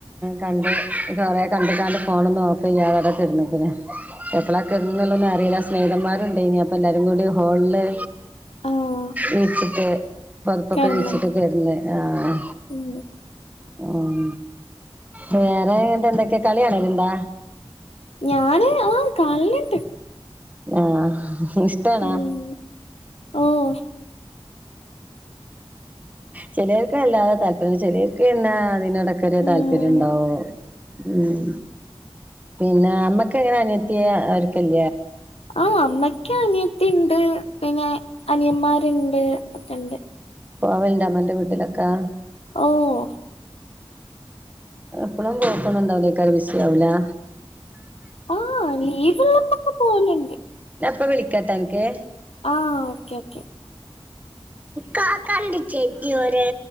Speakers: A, on the right; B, on the left.
A: കണ്ട് കുറെ കണ്ട കാണ്ട് ഫോണൊന്നും ഓഫ് ചെയ്യാതടത്ത് കെടന്ന്ക്കണ് എപ്പളാ കിടൊന്നും അറിയില്ല സ്നേഹിതന്മാരുണ്ട് ഇനി അപ്പൊ എല്ലാരുംകുടി ഹോളില്
B: ആഹ്
A: വീച്ചിട്ട് പൊതപ്പൊക്കെ
B: കെടന്നിണ്ട്
A: വീച്ചിട്ട കെടന്ന് ആഹ്
B: ഉം
A: ഉം വേറെങ്ങട്ട എന്തൊക്കെയാ കളി കാണലിണ്ട
B: ഞാന് ആഹ് കാണലിണ്ട്
A: ആഹ് ഇഷ്ടണാ
B: ഉം ഓഹ്
A: ചിലർക്ക അല്ലാതെ തല്പര്യം ചിലർക്ക് എന്നാ അതിനോ ഇതൊക്കെറിയ
B: ഉം
A: താല്പര്യം ഉണ്ടാവോ ഉം പിന്നെ അമ്മക്ക് എങ്ങനെ അനിയത്തി ആക്കല
B: ആഹ് അമ്മക്ക് അനിയത്തിണ്ട് പിന്നെ അനിയമാരുണ്ട് ഒക്കെണ്ട്
A: പോവൽണ്ട അമ്മന്റെ വീട്ടിലൊക്കെ
B: ഓഹ്
A: എപ്പഴും പോക്കൊന്നും ണ്ടാവില്ലേക്കാെ ബിസി ആവുല്ലേ
B: ആഹ് ലീവുള്ളപ്പൊക്കെ പോവല്ണ്ട്
A: ഞാപ്പ വിളിക്കട്ടോ അനക്ക്
B: ആഹ് ഓക്കേ ഓക്കെ
A: കാക്കാന്റെ ചെഡി ഓടെ